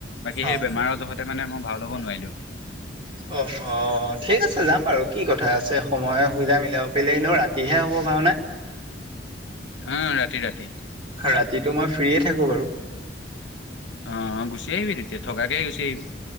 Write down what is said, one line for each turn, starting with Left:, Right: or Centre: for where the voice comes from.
Left: বাকী সেই
Right: অ
Left: বেমাৰৰজহতে মানে মই ভাও ল'ব নোৱাৰিলো।
Right: অ', অ', ঠিক আছে যাম বাৰু। কি কথা আছে সময়ে সুবিধা মিলাব পাৰিলে নো ৰাতিহে হ'ব ভাওনা।
Left: উম ৰাতি ৰাতি।
Right: ৰাতিটো মই ফ্ৰিয়ে থাকোঁ বাৰু।
Left: অ', গুচি আহিবি তেতিয়া থকাকে গুচি আহিবি।